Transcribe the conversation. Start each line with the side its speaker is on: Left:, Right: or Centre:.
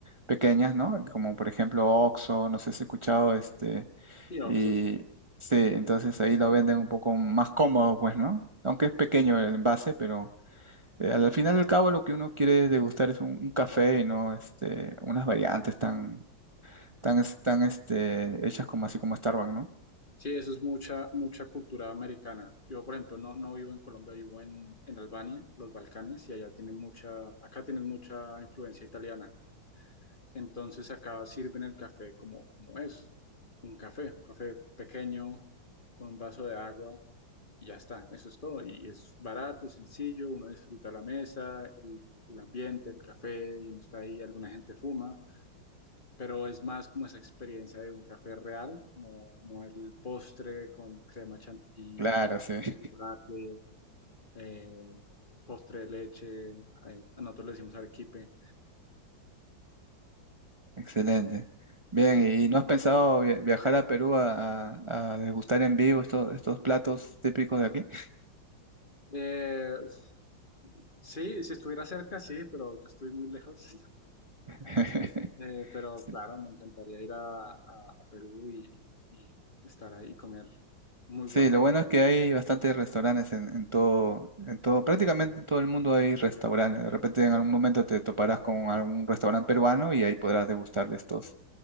Right: pequeñas, ¿no? Como por ejemplo Oxxo, no sé si has escuchado, este,
Left: Sí, Oxxo,
Right: y
Left: sí.
Right: sí, entonces ahí lo venden un poco más cómodo, pues, ¿no? Aunque es pequeño el envase, pero... Eh, al final del cabo, lo que uno quiere degustar es un, un café y no este, unas variantes tan, tan, es- tan este, hechas como así como Starbucks, ¿no?
Left: Sí, eso es mucha, mucha cultura americana. Yo, por ejemplo, no, no vivo en Colombia, vivo en, en Albania, los Balcanes, y allá tienen mucha, acá tienen mucha influencia italiana. Entonces acá sirven el café como, como es, un café, café pequeño, con un vaso de agua, y ya está, eso es todo. Y es barato, sencillo, uno disfruta la mesa, el, el ambiente, el café, y uno está ahí, alguna gente fuma. pero es más como esa experiencia de un café real, no, no el postre con crema chantilly,
Right: Claro, sí. <laughs>
Left: chocolate, eh, postre de leche, eh, a nosotros le decimos arequipe.
Right: Excelente. Bien,
Left: Sí.
Right: ¿y no has pensado via- viajar a Perú a, a- a degustar en vivo estos, estos platos típicos de aquí?
Left: Eh, uf, sí, si estuviera cerca, sí, pero yo estoy muy lejos.
Right: <laughs>
Left: Eh, pero
Right: Sí.
Left: claro, me encantaría ir a, a- a Perú y, y estar ahí y comer muy
Right: Sí,
Left: bueno.
Right: lo bueno es que hay bastantes restaurantes en, en todo, en todo, prácticamente en todo el mundo hay restaurantes. De repente en algún momento te toparás con algún restaurante peruano y ahí podrás degustar de estos,